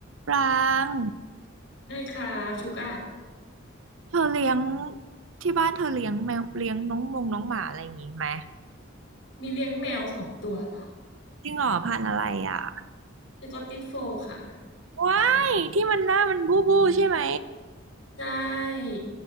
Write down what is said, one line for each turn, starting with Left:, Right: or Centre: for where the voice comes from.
Right: ปราง
Left: ได้ค่ะชูก้า
Right: เธอเลี้ยงที่บ้านเธอเลี้ยงแมวเลี้ยงน้องมงน้องหมาอะไรอย่างงี้ไหม
Left: มีเลี้ยงแมวสองตัวจ้ะ
Right: จริงเหรอพันธุ์อะไรอ่ะ
Left: สกอตติชโฟลด์ค่ะ
Right: ว้ายที่มันหน้ามันบู้บู้ใช่ไหม
Left: ได้